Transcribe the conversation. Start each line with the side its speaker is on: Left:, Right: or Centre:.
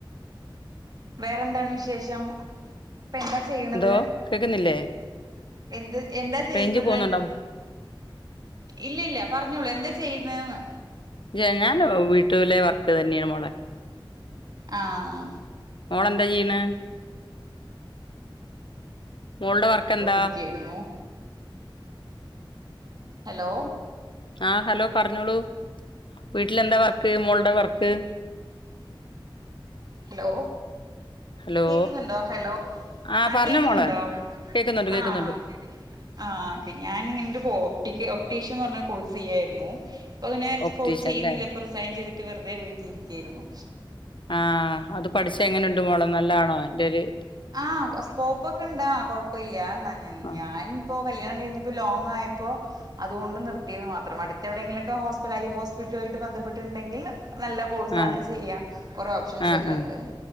Right: വേറെന്താണ് വിശേഷം എന്താ ചെയ്യണത്
Left: എന്തോ കേക്കുന്നില്ലേ
Right: എന്ത് എന്താ ചെയ്യത്
Left: റേഞ്ച്
Right: ന്ന്
Left: പോകുന്നുണ്ടോ
Right: ഇല്ലല്ല പറഞ്ഞോളൂ എന്താ ചെയ്യുന്നേന്ന്
Left: ഇല്ല്യ ഞാന് വീട്ടിലെ വർക്ക് തന്നെയാണ് മോളെ
Right: ആഹ്
Left: മോളെന്താ ചെയ്യ്ണ് മോളുടെ വർക്ക് എന്താ
Right: ത്തോണ്ടിരിക്കയായിരുന്നു ഹലോ
Left: ആഹ് ഹലോ പറഞ്ഞോളൂ വീട്ടിലെന്താ വർക്ക് മോളുടെ വർക്ക്
Right: ഹലോ
Left: ഹലോ
Right: കേക്കുന്നുണ്ടോ ഹലോ
Left: ആ
Right: ആഹ്
Left: പറഞ്ഞോ
Right: കേക്കുന്നുണ്ടോ
Left: മോളെ
Right: ആ പറഞ്ഞോ
Left: കേക്കുന്നുണ്ട് കേക്കുന്നുണ്ട്
Right: ആഹ് ആഹ് ഓക്കെ ഞാനിങ്ങനെ ഒരു കോപ്റ്റിക്ക് ഒപ് റ്റീഷൻ ന്നർഞ്ഞ കോഴ്സ് ചെയ്യായിരുന്നു ഇപ്പ പിന്നേ
Left: ഒപ്റ്റീഷ്യൻ
Right: കോഴ് ചെയ്യുന്നില്ല
Left: ല്ലേ
Right: പ്പറിസൈൻ ചെയ്തി റ്റ് വെറുതെ വീട്ടിലിരിക്കായിരുന്നു
Left: ആഹ് അത് പഠിച്ച എങ്ങനുണ്ട് മോളോ നല്ലാണോ ന്റെഒരു
Right: ആ സ്കോപ്പൊക്കെണ്ടാ കൊഴപ്പൊല്ല്യ എന്ന
Left: ആ
Right: ഞാനിപ്പൊ കല്യാണം കഴിഞ്ഞപ്പൊ ലോങ്ങായപ്പോ അതോണ്ട് നിർതീന്ന് മാത്രം അടുത്തെവിടെങ്കിലൊക്കെ ഹോസ്പിലൈ ഹോസ് വീട്ടു ആയിട്ട് ബന്ധപ്പെട്ടുണ്ടെങ്കിൽ നല്ല കോഴ്‌സാണ്
Left: ആ
Right: ചെയ്യാം കൊറെ ഓപ്ഷൻസൊക്കെ
Left: ആ ആ
Right: ണ്ട് ഉം